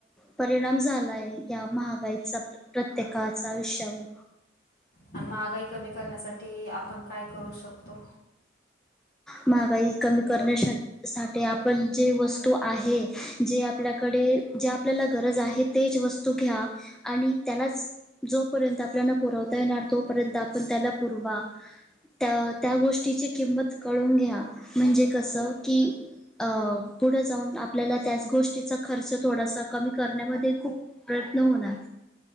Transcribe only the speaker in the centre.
परिणाम झालाय या महागाईचा प्रत्येकाच आयुष्यावर
महागाई कमी करण्यासाठी सा आपण जे वस्तू आहे जे आपल्याकडे जे आपल्याला गरज आहे तेच वस्तू तू घ्या आणि त्यालाच जोपर्यंत आपल्याला पुरवता येणार तोपर्यंत आपण त्याला पुरवा त्या त्या गोष्टीची किंमत कळून घ्या म्हणजे कसं की. अ पुढे जाऊन आपल्याला त्याच गोष्टीचा खर्च थोडासा कमी करण्यामध्ये खूप प्रयत्न होणार